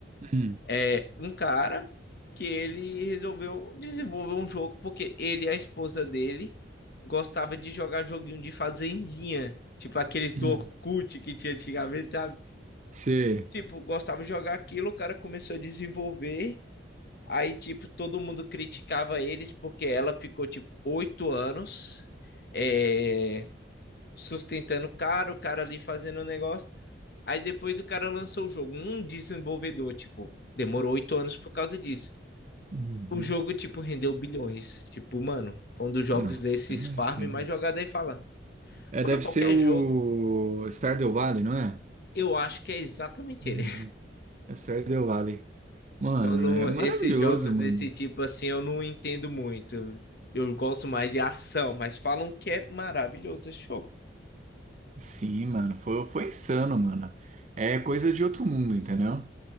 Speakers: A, on the right; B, on the left.
A: Hum,
B: É um cara que ele resolveu desenvolver um jogo porque ele e a esposa dele gostava de jogar joguinho de fazendinha, tipo aqueles
A: hum.
B: do Orkut que tinha antigamente, sabe?
A: Você.
B: Tipo, gostava de jogar aquilo, o cara começou a desenvolver Aí, tipo, todo mundo criticava eles porque ela ficou, tipo, oito anos é, sustentando o cara, o cara ali fazendo o negócio. Aí depois o cara lançou o jogo. Um desenvolvedor, tipo, demorou oito anos por causa disso.
A: Uhum.
B: O jogo, tipo, rendeu bilhões. Tipo, mano, foi um dos jogos
A: Nossa,
B: desses
A: imagina.
B: farm mais jogado aí fala.
A: É,
B: Mano,
A: deve
B: qualquer
A: ser o
B: jogo.
A: Stardew Valley, não é?
B: Eu acho que é exatamente
A: Uhum.
B: ele.
A: É Stardew Valley. Mano,
B: Eu não,
A: é maravilhoso,
B: esses jogos
A: mano.
B: desse tipo assim eu não entendo muito. Eu gosto mais de ação, mas falam que é maravilhoso esse jogo.
A: Sim, mano, foi, foi insano, mano. É coisa de outro mundo, entendeu?